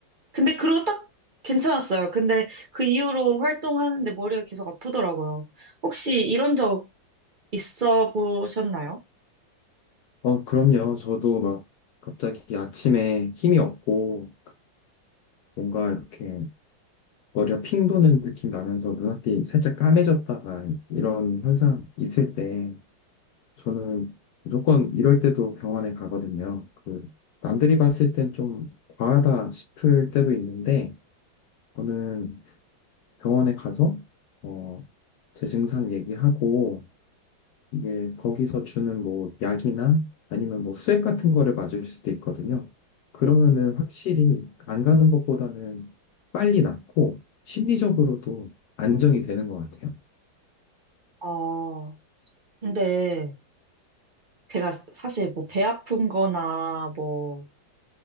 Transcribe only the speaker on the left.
어, 그럼요. 저도 막 갑자기 아침에 힘이 없고 뭔가 이렇게 머리가 핑 도는 느낌 나면서 눈앞이 살짝 까매졌다가 이런 현상 있을 때 저는 무조건 이럴 때도 병원에 가거든요. 그 남들이 봤을 땐 좀 과하다 싶을 때도 있는데 저는 병원에 가서 어, 제 증상 얘기하고 이게 거기서 주는 뭐 약이나 아니면 뭐 수액 같은 거를 맞을 수도 있거든요. 그러면은
확실히 안 가는 것보다는 빨리 낫고 심리적으로도 안정이 되는 것 같아요.